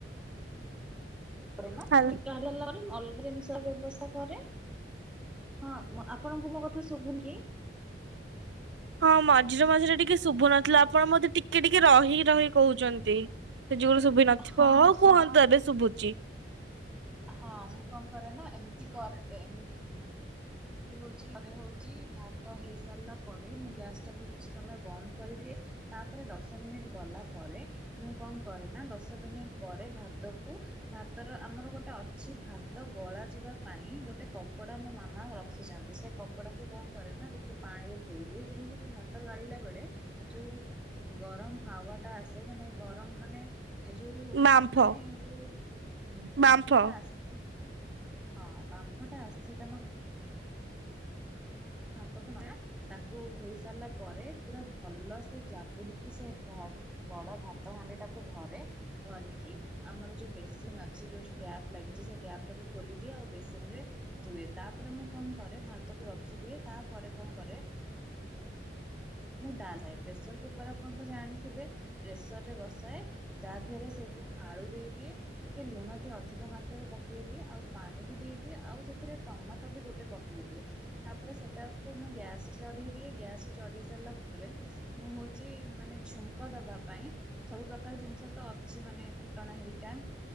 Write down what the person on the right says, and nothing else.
ହାଲ
ହଁ ମଝିରେ ମଝିରେ ଟିକେ ଶୁଭୁନଥିଲା ଆପଣ ବୋଧେ ଟିକେ ଟିକେ ରହିି ରହି କହୁଛନ୍ତି। ସେ ଯେବେ ଶୁଭି ନଥିବ
ହଉ କୁହନ୍ତୁ ଏବେ ଶୁଭୁଚି।
ବାମ୍ଫ
ବାମ୍ଫ।